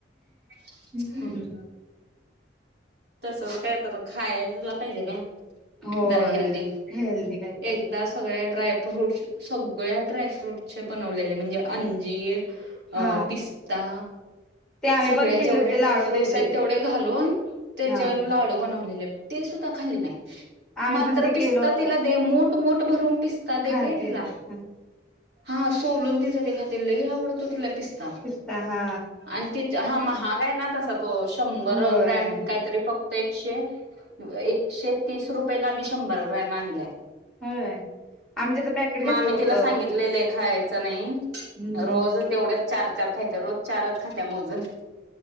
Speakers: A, on the right; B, in the centre.
A: <inaudible>
B: हम्म.
A: तस काय तर खायला पाहिजे का?
B: होय
A: जरा हेल्दी
B: हेल्दी काय तर
A: एकदासं. सगळ्या ड्रायफ्रूट, सगळ्या ड्रायफ्रूटचे बनवलेले म्हणजे अंजीर. अं
B: हा
A: पिस्ता.
B: ते आम्ही
A: सगळे
B: पण केले
A: जेवढे
B: होते
A: ड्राय
B: लाडू
A: फ्रूट्स
B: त्याचे
A: आहेत तेवढे घालून त्याचे
B: हा,
A: लाडू बनवलेले ते सुद्धा खाल्ले नाही,
B: आम्ही
A: मात्र
B: पण ते
A: पिस्ता
B: केलं होत
A: तिला दे मो ठ-मोठ भरून पिसता
B: खाते
A: दे काय तिला.
B: ह
A: हा सोलून तिच ते खाते लई आवडतो तिला पिस स्ता
B: पिस्ता हा
A: आणि तीत हा महाग आहे ना तसा तो शंभर
B: होय
A: ग्रॅम काहीतरी फक्त एकशे, एकशे तीस रुपयेला आम्ही शंभर ग्रॅम आणलाय.
B: होय आम्ही त्याचं पॅकेट घेतलं
A: म आमी
B: होतं
A: तिला सांगितलेलय खायचं नाही.
B: हम्म
A: रोज तेवढ्याच चार चार खायच्या. रोज चारच खात्या मोजून.